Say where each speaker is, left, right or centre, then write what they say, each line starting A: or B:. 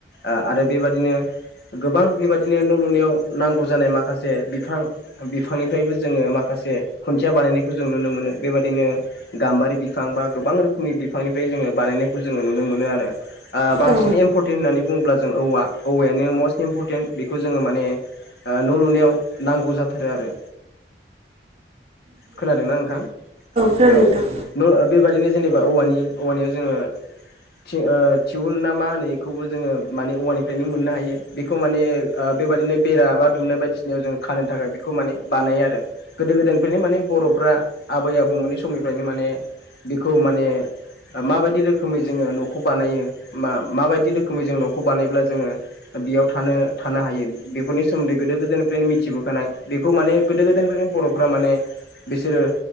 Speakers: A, on the left (about 60°); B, on the right (about 35°).
A: आ आरो बेबादिनो गोबां बेबायदिनो न' लुनायाव नांगौ जानाय माखासे बिफां बिफांनिफ्रायबो जोङो माखासे खुन्थिआ बानायनायखौ जों नुनो मोनो बेबायदिनो ओ गाम्बारि बि फां बा गोबां रोखोमनि बिफांनिफ्राय जोङो बानायनायखौ जोङो नुनो मोनो आरो ओ बांसिन
B: औ
A: एम इमपरटेन्ट होननानै बुङोब्ला जों औवा औवायानो मसट इमपरटेन्ट बेखौ जोङो माने ओ न' लुनायाव नांगौ जाथारो आरो खोनादोंना नोंथां
B: खोनादों
A: औ
B: नोंथां
A: नों बेबादिनो जेनोबा औवानि औवानिबो जोङो थि ओ थिउल ना मा होनो बेखौबो जोङो माने औवानिफ्रायनो मोननो हायो बेखौ माने ओ बेबादिनो बेरा बा दुमनाय बायदिसिनायाव जों खानो थाखाय बेखौ माने बानायो आरो गोदो गोदायनिफायनो माने बर'फ्रा आबै आबौमोननि समनिफायनो माने बेखौ माने माबादि रोखोमै जोङो न'खौ बानायो माबादि रोखोमै जों न'खौ बानायब्ला जोङो बेआव थानो थानो हायो बेफोरनि सोमोन्दै गोदो गोदायनिफ्रायनो मिथिबोखानाय बेखौ माने गोदो गोदायनिफायनो बर'फ्रा माने बिसोरो